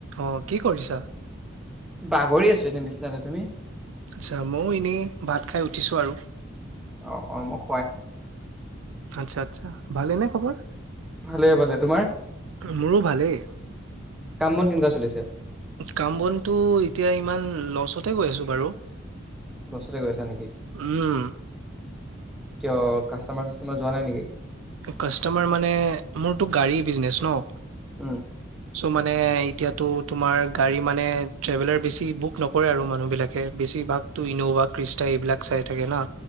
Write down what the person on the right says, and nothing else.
আহ কি কৰিছা
আচ্ছা ময়ো এনেই ভাত খাই উঠিছো আৰু
আচ্ছা আচছা ভালে নে খবৰ
মোৰো ভালেই
কাম বনটো এতিয়া ইমান লচ কতেই গৈ আছো বাৰু
উম
কাষ্টমাৰ মানে মোৰতো গাড়ী বিজনেচ ন
চ' মানে এতিয়াতো তোমাৰ গাড়ী মানে ট্ৰেভেলাৰ বেছি বুক নকৰে আৰু মানুহবিলাকে বেছিভাগতো ইন'ভা ক্ৰিষ্টা এইবিলাক চাই থাকে না